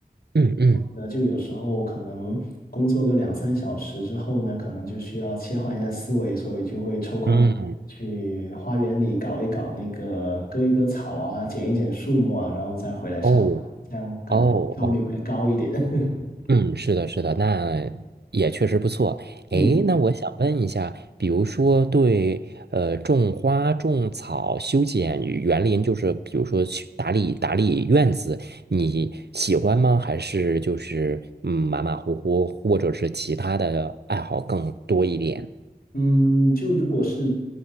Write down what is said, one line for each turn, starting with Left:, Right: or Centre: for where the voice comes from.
Right: 嗯嗯
Left: 那就有时候可能工作个两三小时之后呢，可能就需要切换一下思维，所以就会抽空去花园里搞一搞那个割一割草啊，
Right: 嗯，
Left: 剪一剪树木啊，然后再回来上班，
Right: 哦
Left: 这样感觉效率会高一点。
Right: 哦哦
Left: <laughs>
Right: 嗯，是的，是的，那也确实不错。
Left: 嗯
Right: 诶，那我嗯想问一下，比如说对呃种花、种草、修剪园林，就是比如说去打理打理院子，你喜欢吗？还是就是嗯马马虎虎，或者是其他的爱好更多一点？
Left: 嗯，就如果是